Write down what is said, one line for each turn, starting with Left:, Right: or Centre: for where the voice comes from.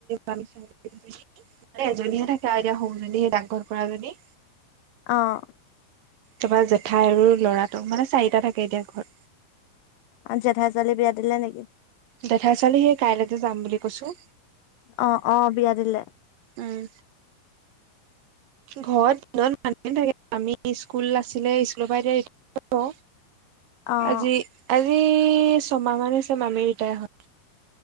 Right: মানে এজনীহে থাকে আৰু এতিয়া সৰুজনীহে ডাকঘৰত কৰা জনী।
Left: অহ।
Right: তাৰপা জেঠাই আৰু ল'ৰাটো মানে চাৰিটা থাকে এতিয়া ঘৰত।
Left: আৰু জেঠাই ছোৱালী বিয়া দিলে নেকি।
Right: জেঠাই ছোৱালী হেই কাইলেযে যাম বুলি কৈছো
Left: অ', অ', বিয়া দিলে,
Right: উম। ঘৰত দিনত মানুহ থাকে আমি স্কুল আছিলে স্কুলৰ পৰা এতিয়া।
Left: <unintelligible> অ',
Right: আজি আজি ছমাহ মান হৈছে মামী ৰীতাই হল।